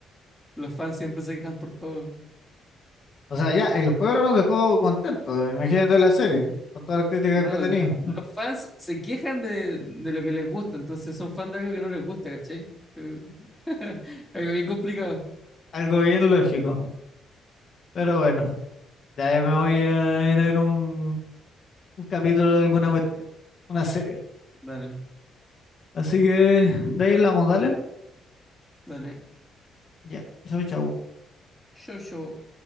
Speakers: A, in the centre; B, on the left (about 50°).
A: los fans siempre se quejan por todo.
B: O sea, ya, el juego no nos dejó contentos. Imagínate la serie, con todas las críticas
A: No,
B: que ha tenido.
A: los fans se quejan de, de lo que les gusta, entonces son fans de algo que no les gusta, ¿cachai? Eh, <laughs> algo bien complicado.
B: Algo bien lógico. Pero bueno, ya yo me voy a ir a ver un, un capítulo de alguna cuestión, una serie.
A: Dale,
B: Así que de ahí hablamos, dale.
A: dale.
B: Ya, chau, chau.
A: Yo, yo.